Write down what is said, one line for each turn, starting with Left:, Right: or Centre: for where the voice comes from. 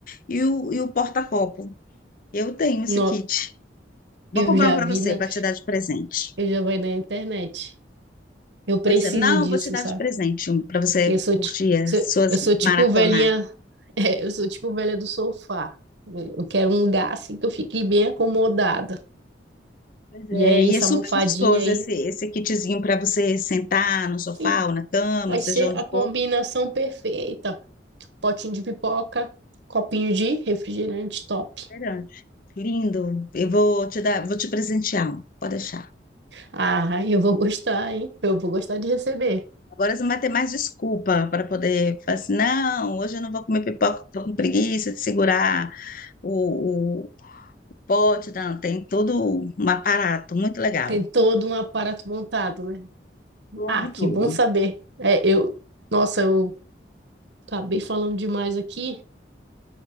Left: e o, e o e o porta-copo. Eu tenho esse
Right: No,
Left: kit.
Right: eu
Left: Vou comprar
Right: já
Left: um para
Right: vi
Left: você,
Right: na,
Left: para te dar de presente.
Right: eu já vi na internet. Eu preciso
Left: Pois é, não,
Right: disso,
Left: eu vou te dar
Right: sabe?
Left: de presente um para você
Right: Porque eu sou,
Left: curtir
Right: ti-
Left: as
Right: sou-
Left: suas
Right: eu sou tipo
Left: maratonar.
Right: velhinha, <laughs> é, eu sou tipo velha do sofá. Eu eu quero um lugar assim que eu fique bem acomodada.
Left: Pois
Right: E
Left: é,
Right: aí
Left: e
Right: essa
Left: é super
Right: almofadinha
Left: gostoso
Right: aí,
Left: esse, esse kitzinho para você sentar no sofá
Right: sim,
Left: ou na cama,
Right: Vai
Left: seja
Right: ser
Left: onde
Right: a combinação
Left: for.
Right: perfeita. Potinho de pipoca, copinho de refrigerante top.
Left: Refrigerante. Lindo. Eu vou te dar, vou te presentear. um. Pode deixar.
Right: Ah, eu vou gostar, hein? Eu vou gostar de receber.
Left: Agora você não vai ter mais desculpa para poder falar assim, não, hoje eu não vou comer pipoca, estou com preguiça de segurar o, o pote, não, tem todo um aparato muito legal.
Right: Tem todo um aparato montado, né?
Left: Todo,
Right: Ah, que
Left: tudo.
Right: bom saber. É, eu, nossa, eu acabei falando demais aqui.